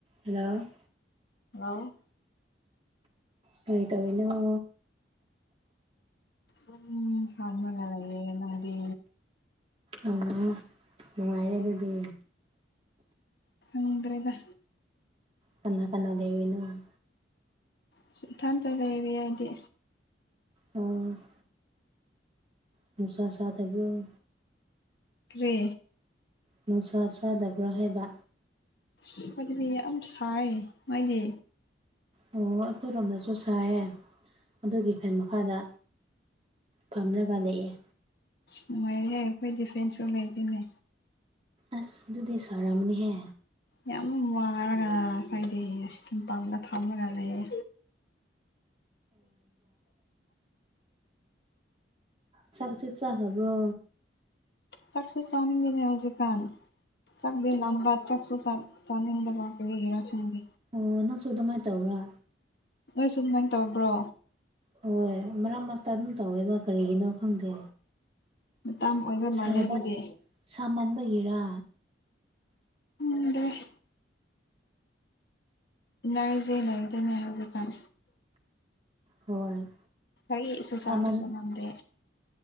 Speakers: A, on the right; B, on the left.
A: ꯍꯜꯂꯣ
B: ꯍꯜꯂꯣ
A: ꯀꯔꯤ ꯇꯧꯔꯤꯅꫭ
B: ꯁꯨꯝ ꯐꯝꯃꯒ ꯂꯩꯌ‌ꯦ ꯅꯪꯗꯤ
A: ꯑ <unintelligible> ꯃꯅꯨꯡꯉꯥꯏꯔ‌ꯦ ꯑꯗꯨꯗꯤ
B: ꯈꯪꯗ꯭ꯔꯦꯗ
A: ꯀꯅꯥ ꯀꯅꯥ ꯂꯩꯔꯤꯅꫭ
B: ꯏꯁ ꯏꯊꯟꯇ ꯂꯩꯔꯤ ꯑꯩꯗꯤ
A: ꯎꯝ ꯅꯨꯡꯁꯥ ꯁꯗꯕ꯭ꯔꫭ
B: ꯀ꯭ꯔꯤ
A: ꯅꯨꯡꯁꯥ ꯁꯥꯗꯕ꯭ꯔꯥ ꯍꯥꯏꯕ
B: ꯑꯁ ꯑꯗꯨꯗꯤ ꯌꯥꯝ ꯁꯥꯏꯌ‌ꯦ ꯅꯣꯏꯗꯤ
A: ꯑꯣ ꯑꯩꯈꯣꯏꯔꯣꯝꯗꯁꯨ ꯁꯥꯏꯌꯦ ꯑꯗꯨꯒꯤ ꯐꯦꯟ ꯃꯈꯥꯗ ꯐꯝꯔꯒ ꯂꯩꯏꯌ‌ꯦ
B: ꯅꯨꯡꯉꯥꯏꯔꯦꯍꯦ ꯑꯩꯈꯣꯏꯗꯤ ꯐꯦꯟꯁꯨ ꯂꯩꯇ‌ꯦꯅꯦ
A: ꯑꯁ ꯑꯗꯨꯗꯤ ꯁꯔꯝꯅꯤꯍꯦ
B: ꯌꯥꯝ ꯋꯥꯔꯒ ꯍꯥꯏꯗꯤ ꯃꯄꯥꯟꯗ ꯐꯝꯃꯒ ꯂꯩꯌꯦ
A: ꯆꯥꯛꯇꯤ ꯆꯥꯈꯔꯥꯕ꯭ꯔꯣ
B: ꯆꯥꯛꯁꯤ ꯆꯥꯅꯤꯡꯗ‌ꯦꯅ‌ꯦ ꯍꯧꯖꯤꯛꯀꯥꯟ ꯆꯥꯛꯗꯤ ꯂꯥꯝꯕꯥ ꯆꯛꯁꯨ ꯆꯥꯛ ꯆꯅꯤꯡꯗꯕ ꯀꯔꯤꯒꯤꯔꯥ ꯈꯪꯗꯦ
A: ꯑꯣ ꯅꯪꯁꯨ ꯑꯗꯨꯃꯥꯏꯅ ꯇꯧꯕ꯭ꯔꯥ
B: ꯅꯣꯏꯁꯨ ꯑꯗꯨꯃꯥꯏꯅ ꯇꯧꯕ꯭ꯔꯣ
A: ꯍꯣꯏ ꯃꯔꯛ ꯃꯔꯛꯇ ꯑꯗꯨꯝ ꯇꯧꯋꯦꯕ ꯀꯔꯤꯒꯤꯅꯣ ꯈꯪꯗꯦ
B: ꯃꯇꯥꯡ ꯑꯣꯏꯕ
A: ꯁꯥꯕ
B: ꯃꯜꯂ ꯑꯗꯨꯗꯤ
A: ꯁꯥꯃꯟꯕꯒꯤꯔꯥ
B: ꯈꯪꯗ꯭ꯔ‌ꯦ ꯏꯟꯅꯔꯖꯤ ꯂꯩꯇ‌ꯦꯅꯦ ꯍꯧꯖꯤꯛꯀꯥꯟ
A: ꯍꯣꯏ
B: ꯋꯔꯤꯁꯨ
A: ꯁꯥꯃꯟ
B: ꯁꯥꯕꯁꯨ ꯉꯝꯗꯦ